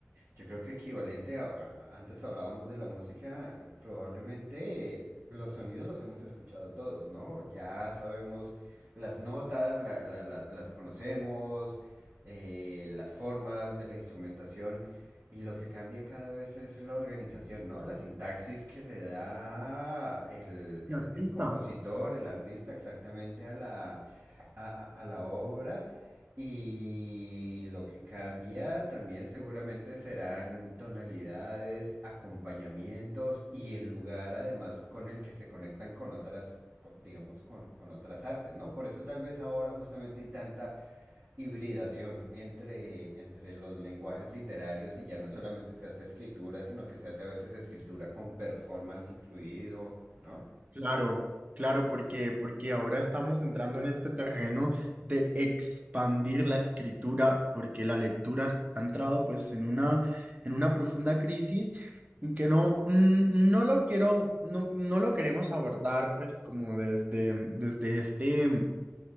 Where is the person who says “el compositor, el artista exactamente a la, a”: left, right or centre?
Right